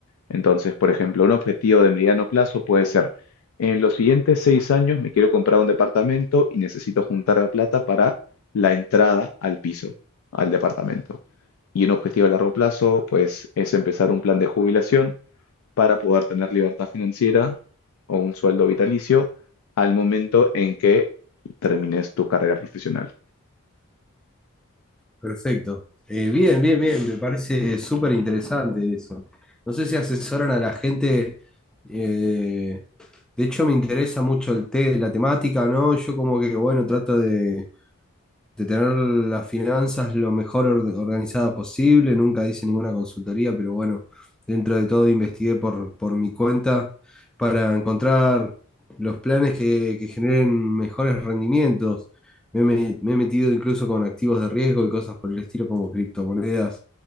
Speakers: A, on the left; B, in the centre.
A: Entonces, por ejemplo, un objetivo de mediano plazo puede ser, en los siguientes seis años me quiero comprar un departamento y necesito juntar la plata para la entrada al piso, al departamento. Y un objetivo a largo plazo, pues, es empezar un plan de jubilación para poder tener libertad financiera o un sueldo vitalicio al momento en que termines tu carrera profesional.
B: Perfecto. Eh, bien, bien, bien, me parece súper interesante eso. No sé si asesoran a la gente, eh, de hecho me interesa mucho el té, la temática, ¿no? Yo como que, bueno, trato de, de tener las finanzas lo mejor orde- organizada posible. Nunca hice ninguna consultoría, pero bueno, dentro de todo investigué por, por mi cuenta para encontrar los planes que, que generen mejores rendimientos. Me, he me- me he metido incluso con activos de riesgo y cosas por el estilo como criptomonedas,